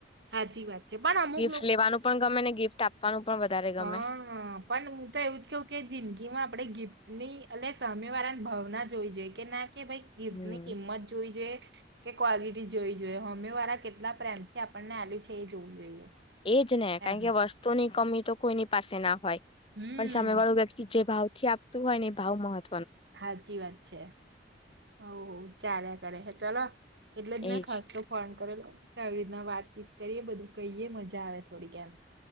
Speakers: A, on the right; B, on the left.
A: હાચી વાત છે પણ અમુક
B: ગિફ્ટ લેવાનું પણ ગમેને ગિફ્ટ આપવાનું પણ વધારે ગમે
A: હં, હં પન ઉં તો એવું જ કેઉ કે જિંદગી માં આપણે ગિફ્ટની અને સામેવારાની ભાવના જોવી જોઈએ કે ના કે ભાઈ ગિફ્ટની
B: હમ
A: કિંમત જોવી જોઈએ કે ક્વોલિટી જોવી જોઈએ હોમીવારા કેટલા પ્રેમથી આપણને આલી છે એ જોવું જોઈએ.
B: એજ ને
A: એમ
B: કાણ કે વસ્તુની કમી તો કોઈની પાસે ના હોય.
A: હમ
B: પણ સામે વાળું વ્યક્તિ જે ભાવથી આપતું હોય ને એ ભાવ મહત્
A: હાચી વાત છે હઉ ચાલ્યા કરે છે હે ચલો એટલે જ મેં
B: એજ
A: ખાસતો ફોન કરેલો કે આવી રીતના વાતચીત કરીએ બધું કહીએ મજા આવે થોડીક એમ